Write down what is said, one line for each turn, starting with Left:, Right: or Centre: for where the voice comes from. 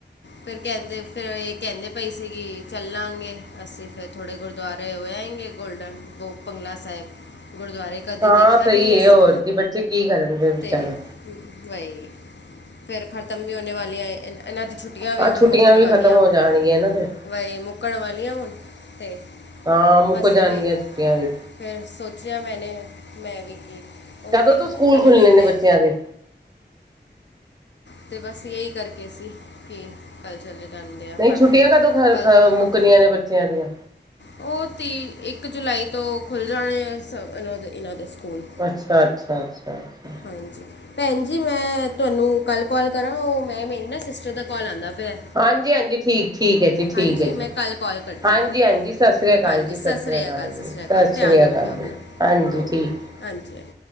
Left: ਫਿਰ ਕਹਿੰਦੇ ਫਿਰ ਇਹ ਕਹਿੰਦੇ ਪਈ ਸੀਗੇ। ਚੱਲਾਂਗੇ ਅਸੀਂ ਫਿਰ ਥੋੜ੍ਹੇ ਗੁਰਦੁਆਰੇ। ਹੋਏ ਆਏਂਗੇ ਗੋਲਡਨ ਵੋ ਬੰਗਲਾ ਸਾਹਿਬ ਗੁਰਦੁਆਰੇ। ਕਦੀ
Right: ਹਾਂ
Left: ਦੇਖਿਆ
Right: ਸਹੀ
Left: ਵੀ ਨਹੀਂ ਅਸੀਂ।
Right: ਹੈ ਹੋਰ ਕੀ ਬੱਚੇ ਕੀ ਕਰਨ ਫਿਰ ਵਿਚਾਰੇ
Left: ਤੇ ਬਹੀ। ਫਿਰ ਖਤਮ ਵੀ ਹੋਣੇ ਵਾਲੀਆਂ ਹੈ ਇ ਇਹਨਾਂ ਦੀ ਛੁੱਟੀ। ਵੀ
Right: ਹਾਂ
Left: ਹੁਣ
Right: ਛੁੱਟੀਆਂ
Left: ਮੁੱਕਣ
Right: ਵੀ
Left: ਵਾਲੀਆਂ।
Right: ਖ਼ਤਮ ਹੋ ਜਾਣਗੀਆਂ ਨਾ ਫਿਰ
Left: ਬਾਈ ਮੁੱਕਣ ਵਾਲੀਆਂ ਹੁਣ ਅਤੇ
Right: ਹਾਂ ਮੁੱਕ
Left: ਅਸੀਂ
Right: ਜਾਣਗੀਆਂ
Left: ਵੀ
Right: ਛੁੱਟੀਆਂ ਵੀ
Left: ਫਿਰ ਸੋਚਿਆ ਮੈਂਨੇ, ਮੈਂ ਵੀ ਕੀ
Right: ਕਦੋਂ
Left: ਓਕੇ
Right: ਤੋਂ ਸਕੂਲ
Left: ਚੱਲ
Right: ਖੁੱਲਣੇ
Left: ਲੈਂਦੇ
Right: ਨੇ ਬੱਚਿਆਂ
Left: ਹਾਂ।
Right: ਦੇ
Left: ਅਤੇ ਬਸ ਇਹੀ ਕਰਕੇ ਸੀ। ਕਿ ਕੱਲ ਚਲੇ ਜਾਂਦੇ ਆ,
Right: ਨਹੀਂ
Left: ਪਰਸੋਂ।
Right: ਛੁੱਟੀਆਂ ਕਦੋਂ ਖ
Left: ਕੱਲ
Right: ਖ
Left: ਤੋਂ ਮੈਂ
Right: ਮੁੱਕਣੀਆਂ
Left: ਕੱਪੜ
Right: ਨੇ ਬੱਚਿਆਂ ਦੀਆਂ
Left: ਉਹ ਤੀਹ, ਇੱਕ ਜੁਲਾਈ ਤੋਂ ਖੁੱਲ ਜਾਣੇ ਆ ਇਹਨਾਂ ਦੇ ਇਹਨਾਂ ਦੇ ਸਕੂਲ।
Right: ਅੱਛਾ- ਅੱਛਾ- ਅੱਛਾ- ਅੱਛਾ।
Left: ਹਾਂਜੀ ਭੈਣ ਜੀ। ਮੈਂ ਤੁਹਾਨੂੰ ਕੱਲ੍ਹ ਕੋਲ ਕਰਾਂ। ਉਹ ਮੈਂ ਮੇਰੀ ਨਾ ਸਿਸਟਰ ਦਾ ਕੋਲ ਆਉਂਦਾ ਪਿਆ।
Right: ਹਾਂਜੀ- ਹਾਂਜੀ, ਠੀਕ -ਠੀਕ ਹੈ ਜੀ,
Left: ਹਾਂਜੀ
Right: ਠੀਕ ਹੈ ਜੀ,
Left: ਮੈਂ ਕੱਲ ਕਾਲ ਕਰਦੀ
Right: ਹਾਂਜੀ-
Left: ਹਾਂ ਤੁਹਾਨੂੰ
Right: ਹਾਂਜੀ, ਸਤਿ ਸ੍ਰੀ ਅਕਾਲ।
Left: ਹਾਂਜੀ
Right: ਸਤੀ
Left: ਸਤਿ ਸ੍ਰੀ
Right: ਅਕਾਲ ਜੀ, ਸਤਿ ਸ੍ਰੀ ਅਕਾਲ ਜੀ। ਸਤਿ
Left: ਧਿਆਨ
Right: ਸ੍ਰੀ
Left: ਰੱਖਿਓ
Right: ਅਕਾਲ
Left: ਆਪਣਾ
Right: ਜੀ। ਹਾਂਜੀ।
Left: ਓ
Right: ਠੀਕ।
Left: ਹਾਂਜੀ- ਹਾਂਜੀ।